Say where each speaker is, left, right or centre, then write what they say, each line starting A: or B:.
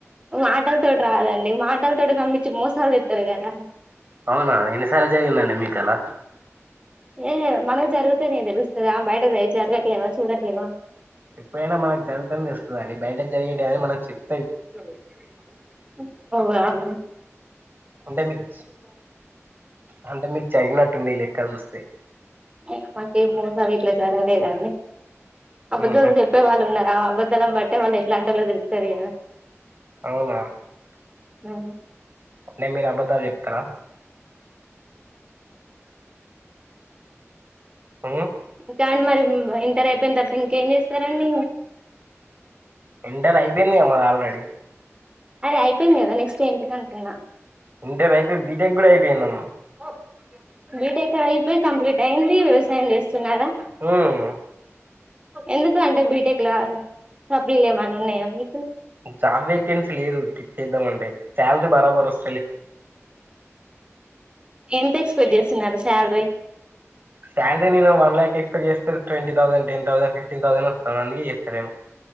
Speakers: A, on the right; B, on the right.
A: మాటలతోటి రాదండి మాటలతోటి నమ్మిచ్చి మోసాలు చెత్తరు కదా
B: అవునా ఎన్నిసార్లు జరిగిందండి మీకు అలా
A: ఏహే మన జరి జరుగుతనే తెలుస్తద ఆ బయట వెయ్యి జరగట్లేవా చూడట్లేదా
B: ఎప్పుడైనా మనక్ జంతన్ నీస్తదండి బైట జరిగేటేయని మనం చెప్
A: ఉ ఓ రాను
B: అంటే మీక్ అంటే మీక్ జగినట్టుంది ఈ మీ లెక్క చూస్తే
A: ఉమ్ మాకేం మోసాలిట్ల జరగలేదండి అబద్ధాలు
B: ఉహు
A: చెప్పే వాళ్ ఉన్నార ఆ అబద్దాలమ్ బట్టే వాళ్ ఎట్లాంటోళ్ దేలుస్తది గదా
B: ఔనా
A: ఔవును
B: నే మీర్ అబద్ధాలు జెప్ తర ఉహ్
A: క్యాండు మరిమ్ బ్ ఇంటర్ ఐపేన్ తర్తా ఇంకేం చేస్తారండి
B: ఇంటర్ ఐపెందిగా మాద్ ఆల్ రేడీ
A: అదే ఐపెంది గా నెక్స్ట్ ఏంటి దంటున్నా
B: ఇంట రైపై బీటెక్ గూడా ఐపేయ్ నాం
A: హబ్ బీటెక్ ఐపై కంప్లీట్ ఐది వ్యవసాయం జెస్ సున్నారా
B: ఉమ్
A: ఎందుకంటే బీటెక్ ల సప్లిల్ ఏమన్న ఉన్నయ మీకు
B: జాబ్ వేకెన్సీ లేదు చేద్దాంమంటే సాల్ రీ బరాబర్ ఓస్
A: ఎంతేస్పేక్స్ జేస్తున్నారు సాల్ రీ
B: సాల్ రి నేను వన్ ల్యాకే కోయేస్ జేస్తవ్ twenty thousand ten thousand fifteen thousand ను నొస్తన్ అందుకే జెస్తలేను